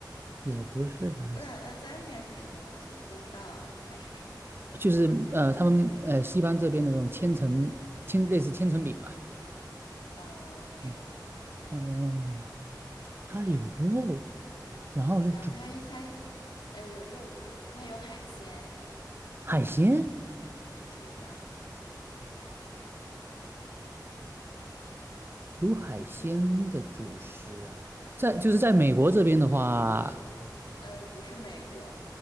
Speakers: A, on the right; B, on the left.
A: 也不是 las，
B: 那那 l a s a a 是什么东西？我不知道它是什么。
A: 就是呃，他们呃西方这边的那种千层千类似千层饼吧。
B: 哦，不是，
A: 嗯哦，它有肉，然后是主
B: 呃，它它呃有肉不正确，它有海鲜，
A: 海鲜，
B: 是的，
A: 有海鲜的主食啊。在就是在美国这边的话，
B: 嗯、不是美国，